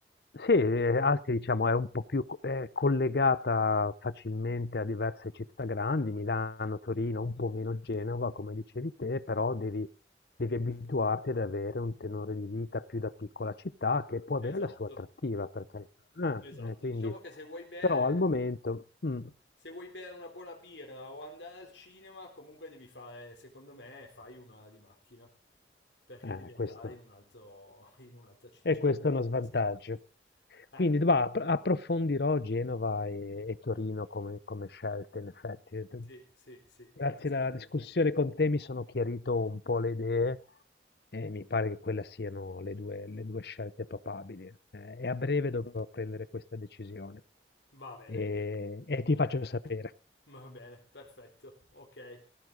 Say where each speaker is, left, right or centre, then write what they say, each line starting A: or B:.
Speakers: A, on the left (about 60°); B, on the left (about 85°).
A: Sì, eh, Asti diciamo è un po' più co- è collegata facilmente a diverse città grandi, Milano, Torino, un po' meno Genova, come dicevi te, però devi, devi abituarti ad avere un tenore di vita più da piccola città che può avere
B: Esatto,
A: la sua attrattiva, per carità.
B: esatto.
A: Eh, eh, quindi,
B: Diciamo che se vuoi bere,
A: però al momento, mm,
B: se vuoi bere una buona birra o andare al cinema, comunque devi fare, secondo me, fai un'ora di macchina, perché
A: eh,
B: devi andare
A: questo.
B: in un altro, in un'altra città,
A: E questo
B: cioè, devi
A: è uno svantaggio.
B: spostarti. Eh,
A: Quindi va, appro- approfondirò Genova e, e Torino come, come scelte, in effetti.
B: sì, sì, sì,
A: Grazie
B: anche secondo
A: alla discussione
B: me.
A: con te mi sono chiarito un po' le idee e mi pare che quelle siano le due, le due scelte papabili. Eh, e a breve dovrò prendere questa decisione
B: Va bene,
A: e e ti faccio sapere.
B: va bene, perfetto, ok.